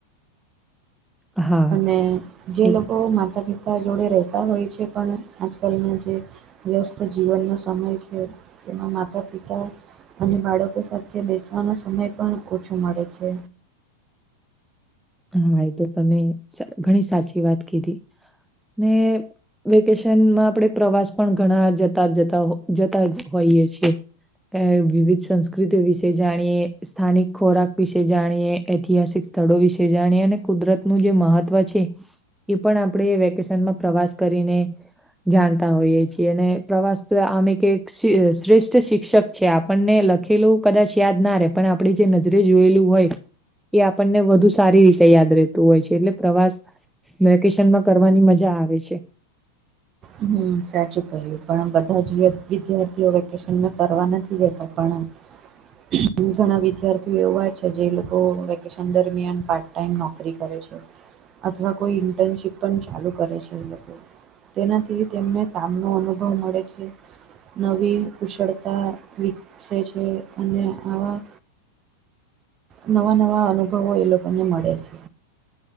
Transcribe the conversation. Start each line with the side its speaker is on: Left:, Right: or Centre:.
Centre: હા,
Right: અને જે
Centre: એ
Right: લોકો માતા પિતા જોડે રહેતા હોય છે પણ આજકાલના જે. વ્યસ્ત જીવનનો સમય છે તેમાં માતા પિતા અને બાળકો સાથે બેસવાનો સમય પણ ઓછો મળે છે.
Centre: હા એ તો તમે ઘણી સાચી વાત કીધી ને વેકેશનમાં આપણે પ્રવાસ પણ ઘણા જતા જતા જતા હોઈએ છીએ. વિવિધ સંસ્કૃતિઓ વિશે જાણીએ સ્થાનિક ખોરાક વિશે જાણીએ ઐતિહાસિક સ્થળો વિશે જાણીએ અને કુદરતનું જે મહત્વ છે એ પણ આપણે વેકેશનમાં પ્રવાસ કરીને જાણતા હોઈએ છીએ અને પ્રવાસ તો આમે કે શ્રેષ્ઠ શિક્ષક છે આપણને લખેલું કદાચ યાદ ના રહે પણ આપણી જે નજરે જોયેલું હોય એ આપણને વધુ સારી રીતે યાદ રહેતું હોય છે એટલે પ્રવાસ વેકેશન માં કરવાની મજા આવે છે.
Right: હમ્મ સાચું કહ્યું પણ બધા જ વિદ્યાર્થીઓ વેકેશનમાં કરવા નથી જતા આપણે હ ઘણા વિદ્યાર્થીઓ એવા છે જે લોકો વેકેશન દરમિયાન પા ટાઈમ નોકરી કરે છે અથવા કોઈ ઇન્ટર્નશીપ પણ ચાલુ કરે છે એ લોકો. તેનાથી તેમને કામનો અનુભવ મળે છે. નવી કુશળતા વિકસે છે અને આવા નવા નવા અનુભવો એ લોકોને મળે છે.